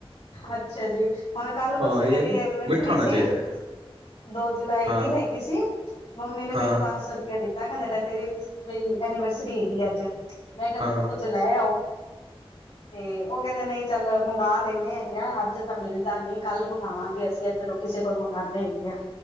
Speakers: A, on the left; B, on the right.
A: ਅੱਛਾ ਜੀ, ਹੁਣ ਕੱਲ ਪਰਸੋਂ
B: ਹਾਂ ਇਹ
A: ਮੇਰੀ
B: ਹੈ ਵੀ
A: ਐਨੀਵਰਸਰੀ
B: ਮਿੱਠਾ ਹੋਣਾ
A: ਸੀ
B: ਚਾਹੀਦਾ ਹੈ
A: ਦੋ ਜੁਲਾਈ
B: ਹਾਂ
A: ਦੀ ਹੈਗੀ ਸੀ, ਮੰਮੀ ਨੇ ਮੈਨੂੰ
B: ਹਾਂ
A: ਪੰਜ ਸੌ ਰੁਪਇਆ ਦਿੱਤਾ ਕਹਿੰਦੇ ਲੈ ਤੇਰੀ ਬਈ ਐਨੀਵਰਸਰੀ ਹੈਗੀ ਅੱਜ, ਮੈਂ ਕਿਹਾ
B: ਹਾਂ
A: ਮੰਮੀ
B: ਹਾਂ
A: ਕੁਝ ਲੈ ਆਓ, ਤੇ ਉਹ ਕਹਿੰਦੇ ਨਈ ਚੱਲ ਮੰਗਾ ਲੈਂਨੇ ਹੈਗੇ ਅੱਜ ਤਾਂ ਮਿਲਦਾ ਨੀ ਕੱਲ ਮੰਗਵਾਂਗੇ ਅਸੀਂ ਇੱਧਰੋਂ ਕਿਸੇ ਕੋਲੋ ਮੰਗਾਦੇ ਹੈਗੇ ਆ